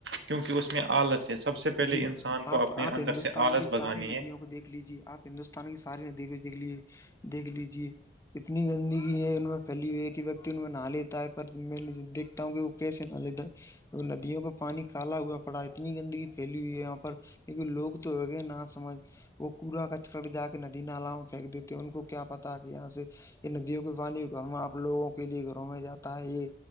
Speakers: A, on the right (about 90°); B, on the left (about 15°).
A: کیونک اس میں آل سے پہلے
B: جی
A: انسان کو
B: آپ
A: اپنے
B: آپ
A: اندر
B: ہندوستان
A: سے آلس
B: کی ساری
A: بھگانی
B: ندیوں
A: ہے
B: کو دیکھ لیجے آپ ہندوستان کی ساری ندی دیکھ لی دیکھ لیجیے اتنی گندگی ہے ان میں پھیلی ہوئی ہے کہ وتی ان میں نہا لیتا ہے پر میں نے دیکھ ہ کہ وہ کیسے نالد ندیوں کا پانی کالا ہوا پڑا اتنی گندگی پھیلی ہوئی ہے یہاں پر کیکہ لوگ تو ہےگے نہ سمجھ <unintelligible> وہ کوڑا ک چھک کے جا کے ندی نال میں پھینک دیتے ان کو کیا پتا کہ یہاں سے یہ ندیوں کے پانی ہمپ لوگوں کے لیے گھروں میں جاتا ہے یہ